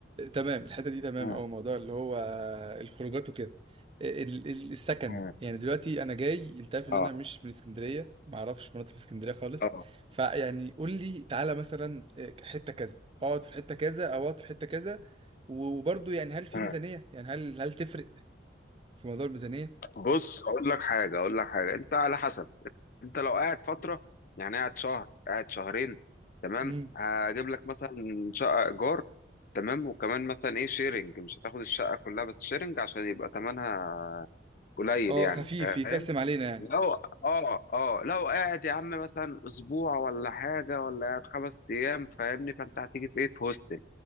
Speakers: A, on the right; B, on the left.
A: تمام الحته دي تمام
B: مم.
A: او موضوع اللي هو الخروجات وكده ال- ال- السكن
B: مم.
A: يعني دلوقتي انا جاي انت عارف ان
B: اه
A: انا مش من اسكندريه ما اعرفش مناطق في اسكندريه خالص
B: اه
A: فيعني قول لي تعالى مثلا آه، حته كذا اقعد في حته كذا او اقعد في حته كذا وبرضه يعني هل في
B: مم.
A: ميزانيه يعني هل هل تفرق في موضوع الميزانيه
B: بص اقول لك حاجة اقول لك حاجة انت على حسب انت لو قاعد فترة يعني قاعد شهر قاعد شهرين تمام
A: امم
B: هجيب لك مثلا شقة ايجار تمام وكمان مثلا ايه شيرنج مش هتاخد الشقة كلها بس شيرنج عشان يبقى تمنها قليل
A: اه
B: يعني
A: خفيف
B: فاهم
A: يتقسم علينا يعني
B: لو اه اه لو قاعد يا عم مثلا اسبوع ولا حاجه ولا قاعد خمس ايام فاهمني فانت هتيجي في ايه في هوستل